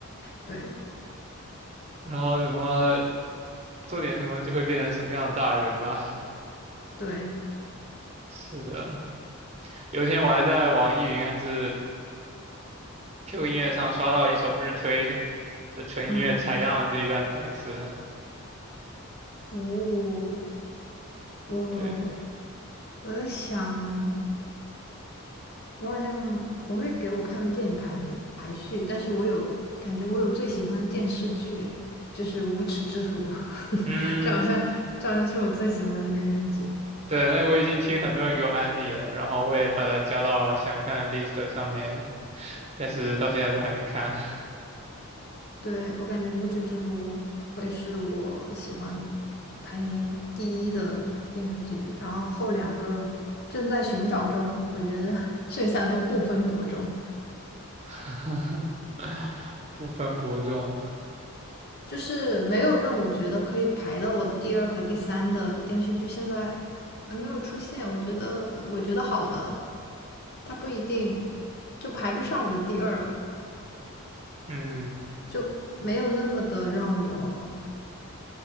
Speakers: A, on the left (about 45°); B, on the right (about 30°).
A: 对
B: 然后什么做点什么就会变成什么样的大人吧。
A: 对，
B: 是的，有一天我还在网易云还是 Q 音乐上刷到一首日推的纯音乐采样了这一段台词。
A: 嗯哦，我
B: 对，
A: 我在想，我好像不会给我看电影排排序，但是我有感觉我有最喜欢的电视剧，诶就是《无耻之徒》，<laughs>
B: 嗯，
A: 这好像这好像是我最喜欢的电视剧。
B: 对，那个我已经听很多人给我安利了，然后我也把它加到想看的 list 上面，但是到现在都还没看，
A: 对，我感觉《无耻之徒》会是我喜欢排名第一的电视剧，然后后两个正在寻找中，我觉得 <laughs> 剩下都不分伯仲，
B: <laughs> 不分伯仲。
A: 就是没有让我觉得可以排到我的第二和第三的电视剧，现在那没有出现，我觉得我觉得好的，它不一定就排不上我的第二，
B: 嗯
A: 就没有那么的让我